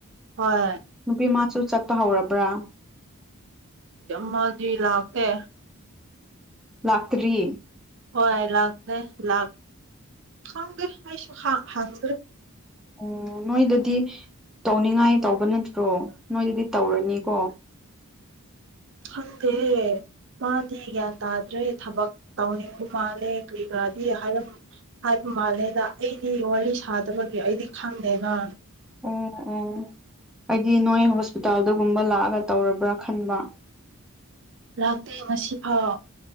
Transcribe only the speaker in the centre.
ꯅꯨꯄꯤ ꯃꯥꯁꯨ ꯆꯠꯄ ꯍꯧꯔꯕ꯭ꯔꯥ
ꯂꯥꯛꯇ꯭ꯔꯤꯌꯦ
ꯎꯝ ꯅꯣꯏꯗꯗꯤ ꯇꯧꯅꯤꯡꯉꯥꯏ ꯇꯧꯕ ꯅꯠꯇ꯭ꯔꯣ ꯅꯣꯏꯗꯗꯤ ꯇꯧꯔꯅꯤꯀꯣ
ꯑꯣ ꯑꯣ ꯍꯥꯏꯗꯤ ꯅꯣꯏ ꯍꯣꯁꯄꯤꯇꯥꯜꯗꯒꯨꯝꯕ ꯂꯥꯛꯑꯒ ꯇꯧꯔꯕ꯭ꯔꯥ ꯈꯟꯕ